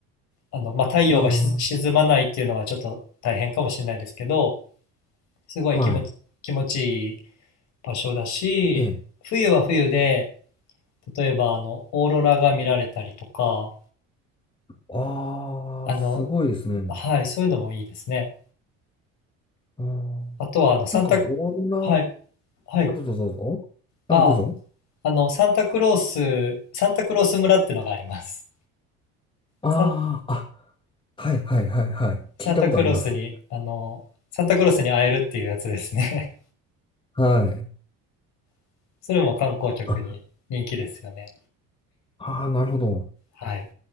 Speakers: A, on the left (about 70°); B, on the left (about 15°).
A: あの、まあ、太陽がし沈まないっていうのはちょっと大変かもしれないですけど、
B: あ
A: すごい気持ち、
B: あ、はい、
A: 気持ちいい場所だし、
B: ええ。
A: 冬は冬で、例えばあの、オーロラが見られたりとか、
B: ああ、
A: あの、
B: すごいですね。
A: はい、そういうのもいいですね。
B: ああ、
A: あとは、あの、サンタ、
B: なんか、オーロ
A: はい、はい、
B: ラ、あ、どうぞどうぞ。
A: あ
B: あ、どうぞ。
A: あ、あの、サンタクロース、サンタクロース村ってのがあります。
B: ああ、
A: サン、
B: あ、はいはいはいはい。
A: サンタクロースに、
B: 聞いたことあります。
A: あの、サンタクロースに会えるっていうやつですね。
B: はい。
A: <laughs> それも観光客に人気ですよね。
B: あ、ああ、なるほど。
A: はい。